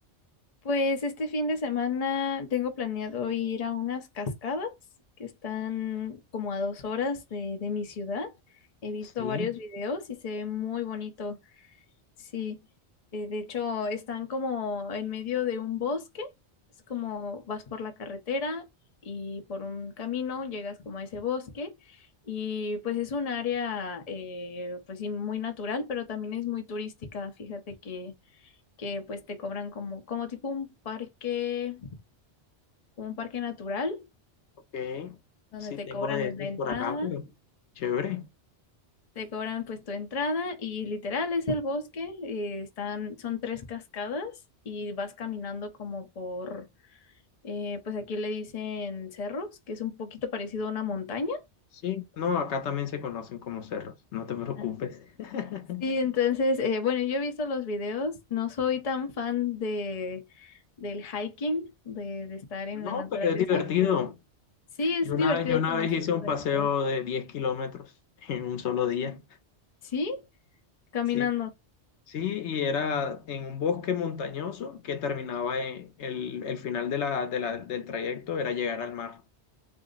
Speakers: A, on the left; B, on the left.
A: Pues este fin de semana tengo planeado ir a unas cascadas que están como a dos horas de, de mi ciudad. He visto
B: Sí,
A: varios videos y se ve muy bonito. Sí, eh, de hecho están como en medio de un bosque. Es como vas por la carretera y por un camino llegas como a ese bosque y pues es un área eh, pues sí muy natural, pero también es muy turística. Fíjate que que pues te cobran como, como tipo un parque, como un parque natural,
B: ok.
A: donde
B: Sí,
A: te
B: tengo
A: cobran
B: de
A: en
B: esos
A: la entrada,
B: por acá, pero chévere.
A: te cobran pues tu entrada y literal es el bosque, eh, están, son tres cascadas y vas caminando como por, eh, pues aquí le dicen cerros, que es un poquito parecido a una montaña.
B: Sí, no, acá también se conocen como cerros, no te preocupes.
A: Ah,
B: <laughs>
A: Sí, entonces, eh, bueno, yo he visto los videos, no soy tan fan de del hiking, de, de estar en
B: No,
A: la naturaleza,
B: pero es divertido.
A: pero sí es
B: Yo una,
A: divertido
B: yo una
A: conocer
B: vez hice
A: lugares
B: un paseo
A: nuevos.
B: de 10 kilómetros <laughs> en un solo día.
A: Sí, caminando.
B: Sí. Sí, y era en un bosque montañoso que terminaba en el, el final de la, de la- del trayecto, era llegar al mar.